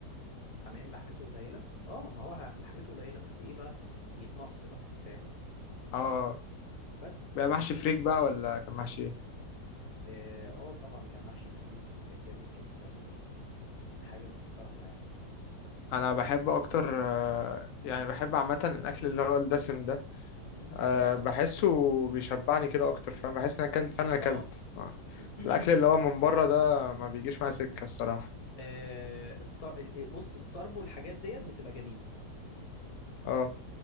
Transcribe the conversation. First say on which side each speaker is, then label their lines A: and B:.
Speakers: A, on the left; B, on the left.
A: الحمام لحمته قليلة اه ما هو لحمته قليلة بس ايه بقى بيتمص بقى فاهم
B: اه
A: بس
B: بقى محشي فريك بقى ولا كان محشي ايه
A: اه آه، طبعا كان محشي فريك وكان جامد جدا وكان حاجة محترمة يعني
B: انا بحب اكتر آه، يعني بحب عامه الاكل اللي هو الدسم ده
A: م-
B: آه، بحسه بيشبعني كده اكتر فاهم بحس ان انا اكلت فعلا اكلت
A: اه
B: آه.
A: <clears throat>
B: الاكل اللي هو من بره ده ما بيجيش معايا سكه الصراحه
A: آه، الط... ال- آه، بص الطرب والحاجات ديت بتبقى جميلة
B: اه